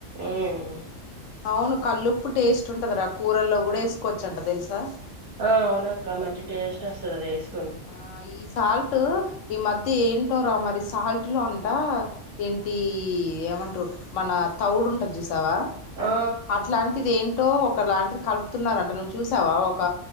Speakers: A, on the right (about 50°); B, on the left (about 85°).
A: ఉమ్
B: అవును కల్లుప్పు టేస్ట్ ఉంటదిరా కూరల్లో కూడా వేసుకోవచ్చంట తెలుసా
A: ఆ అవునక్కా మంచి టేస్ట్ ఒస్తది అది వేసుకుంటే
B: ఆ ఈ సాల్ట్ ఈ మధ్య ఏ రా మరి సాల్ట్ లో అంట ఏంటి ఏమంటారు మన తౌడు ఉంటుంది చుస్ చూసావా
A: ఆ
B: అట్లాంటిది ఏం లో ఒక లాంటిది కలుపుతున్నారంట నువ్వు చూసావా ఒక